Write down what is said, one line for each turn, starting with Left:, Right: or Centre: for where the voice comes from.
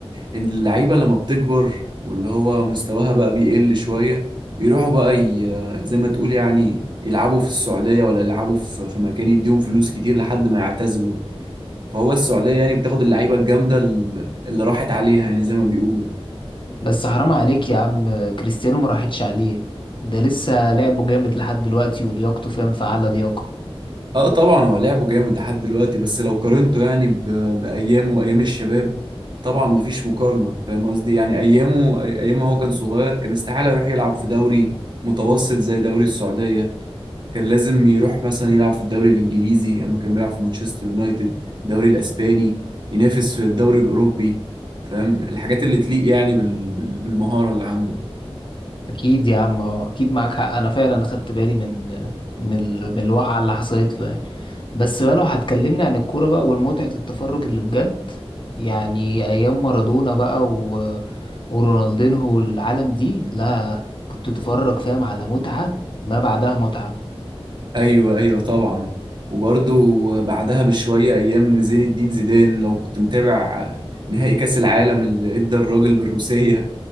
Right: إن اللعيبة لما بتكبر واللي هو مستواها بقى بيقل شوية بيروحوا بقى ي... زي ما تقول يعني يلعبوا في السعودية ولا يلعبوا في... في مكان يديهم فلوس كتير لحد ما يعتزلوا فهو السعودية يعني بتاخد اللعيبة الجامدة ال- اللي راحت عليها يعني زي ما بيقولوا
Left: بس حرام عليك يا عم كريستيانو ما راحتش عليه ده لسه لعبه جامد لحد دلوقتي ولياقته فاهم في أعلى لياقة
Right: اه طبعا هو لعبه جامد لحد دلوقتي بس لو قارنته يعني ب- بايامه وايام الشباب طبعا مفيش مقارنه فاهم قصدي يعني ايامه أي- ايام ما هو كان صغير كان استحاله يروح يلعب في دوري متوسط زي دوري السعوديه كان لازم يروح مثلا يلعب في الدوري الانجليزي اما كان بيلعب في مانشستر يونايتد الدوري الاسباني ينافس في الدوري الاوروبي فاهم الحاجات اللي تليق يعني بال- بال- بالمهاره اللي عنده
Left: أكيد يا عم أه أكيد معاك حق أنا فعلا خدت بالي من من ال- من الوقعة اللي حصلت له يعني بس بقى لو هتكلمني عن الكورة بقى والمتعة التفرج اللي بجد يعني أيام مارادونا بقى و... ورونالدينهو والعالم دي لا كنت تتفرج فاهم على متعة ما بعدها متعة
Right: ايوه ايوه طبعا وبرضو بعدها بشويه ايام زين الدين زيدان لو كنت متابع نهائي كاس العالم اللي ادى الراجل بالروسيه